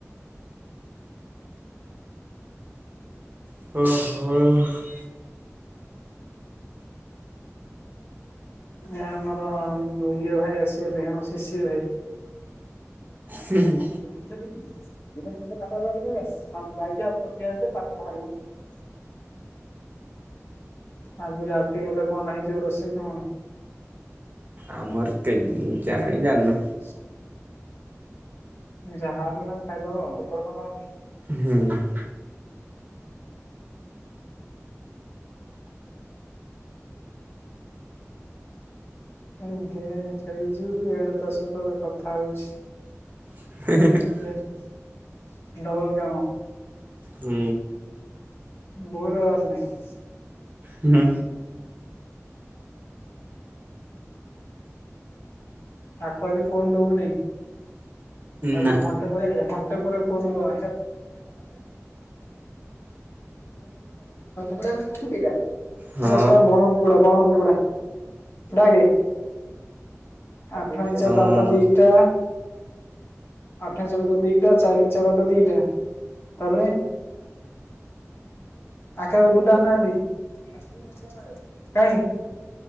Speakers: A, on the right; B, on the left.
A: ଓହୋ।
B: ଏ ଆମର ଉଁ ଇଏ ଭାଇ ଆସିଗଲେ ଆମ ଶିଶିର୍ ଭାଇ।
A: ହୁଁ ହୁଁ।
B: ତେ ଦେଖିତେ ଦେବି <unintelligible> ହଁ ଜଲ୍ଦି ଆଉ ପୁଟି ଆଣିତେ ତାପରେ ବାହାରିଲୁ। ଆଜି ରାତି ଗଲେ କଣ ହେଇଥିବ ରୋଷେଇ ତମର?
A: ଆମର କେ ଉ ଜାଣି ଜାଣିନୁ।
B: ହ ଯାହାଲେ ଗୋଟେ ଆ ଖାଇଦବ ଆଉ।
A: ହୁଁ।
B: ଆଡେ ଗେମ୍ ଖେଳୁଚୁ ଏଡେ ତୋ ସହିତ କଥା ହଉଚି।
A: <inaudible>
B: <unintelligible> ଡବଲ କାମ।
A: ହୁଁ।
B: ବୋର ହବାର ନାଇଁ।
A: ହୁଁ।
B: ତାକୁ ଆଜି ଫୋନ ଦବୁନେଇ ତାକୁ
A: ନା
B: ଘଣ୍ଟେ ପରେ ଘଣ୍ଟେ ପରେ ଫୋନ ଦବା। <unintelligible>
A: ହଁ
B: ଆବେ ଶଳା ବଣ କୁକୁଡା ବଣ କୁକୁଡା ଡାକେ। ଆଠ ଇଞ୍ଚା
A: ହଁ
B: ପାତ ଦିଟା। ଆଠ ଇଞ୍ଚା ପାତ ଦିଟା ଚାରି ଇଞ୍ଚା ପାତ ଦିଟା। ତାପରେ ଆ କା କୁରକୁରି ଟା ଆଣିନାହାନ୍ତି। କାହିଁ